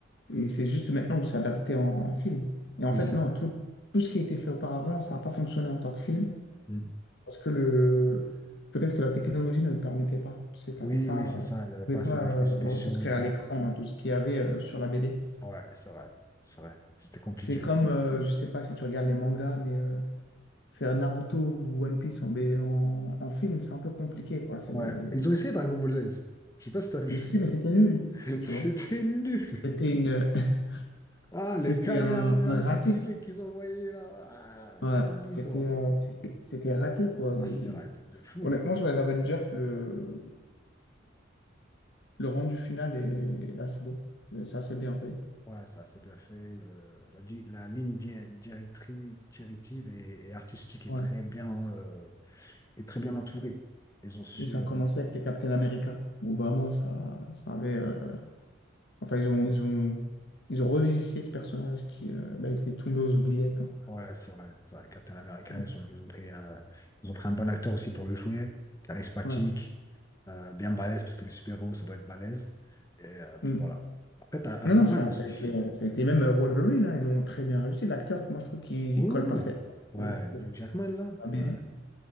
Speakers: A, on the left; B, on the left.
A: et c'est juste maintenant où c'est adapté en, en film. Et en
B: oui,
A: fait,
B: c'est
A: non,
B: vrai.
A: tout, tout ce qui a été fait auparavant, ça n'a pas fonctionné en tant que film.
B: Mm.
A: Parce que le... peut-être que la technologie ne le permettait pas. Tu sais, t'avais
B: Oui,
A: pas,
B: oui, c'est
A: euh,
B: ça.
A: tu
B: Il n'y avait
A: pouvais
B: pas assez
A: pas
B: d'effets
A: euh,
B: spéciaux.
A: retranscrire
B: il y a-
A: à l'écran euh, tout ce qu'il y avait euh, sur la BD.
B: Ouais, c'est vrai. C'est vrai. C'était compliqué.
A: C'est comme, euh, je sais pas si tu regardes les mangas, mais euh, faire Naruto ou One Piece en, B- en, en film, c'est un peu compliqué, quoi. C'est-
B: Ouais. Ils ont essayé Dragon Ball Z. Je sais pas si t'as vu.
A: Je sais, mais c'était nul,
B: <laughs>
A: tu
B: C'était
A: vois.
B: nul.
A: C'était une... <laughs>
B: Ah, les
A: c'était
B: Kamehameha
A: un, un
B: fatigués
A: raté.
B: qu'ils envoyaient là. Ah,
A: Ouais,
B: vas-y,
A: c'était
B: toi.
A: un- c'était c'était raté, quoi.
B: Ah,
A: Et
B: c'était raté de fou.
A: honnêtement, sur les Avengers, le, le rendu final est assez beau. Euh, C'est assez bien fait.
B: Ouais, ça, c'est bien fait. Le- la, di- la ligne di- directrice, directive et, et artistique est
A: Ouais.
B: très bien, euh, est très bien entourée. Ils ont su.
A: Et ça a
B: euh,
A: commencé avec les Captain America, où vraiment, ça, ça avait... euh, Enfin, ils ont, ils ont, ils ont revivifié ce personnage qui euh, bah, était tombé aux oubliettes. hein.
B: Ouais, c'est vrai. C'est vrai. Captain America,
A: Mm.
B: ils ont, ils ont pris, euh, ils ont pris un bon acteur aussi pour le jouer, charismatique,
A: Ouais.
B: euh, bien balèze, parce que les super-héros, ça doit être balèze. Et euh, puis
A: Mm.
B: voilà. Après, t'as Aquaman
A: Non, non, ça,
B: aussi.
A: a été, euh, ça a été même euh, Wolverine, hein, ils l'ont très bien réussi. L'acteur, moi, je trouve qu'il
B: Oui,
A: colle
B: oui,
A: parfaitement
B: oui.
A: au,
B: Ouais,
A: au-
B: Hugh Jackman, là.
A: à
B: Ouais.
A: la BD.